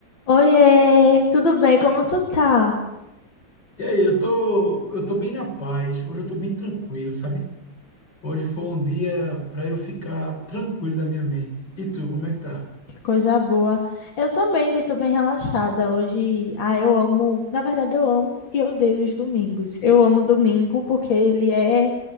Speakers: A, on the left; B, on the left.
A: Oiê, tudo bem? Como tu tá?
B: E aí, eu tô, eu tô bem na paz. Hoje eu tô bem tranquilo, sabe? Hoje foi um dia para eu ficar tranquilo da minha mente. E tu, como é que tá?
A: Que coisa boa. Eu também, vi, tô bem relaxada hoje. Ah, eu amo, na verdade eu amo e odeio os domingos. Eu amo domingo porque ele é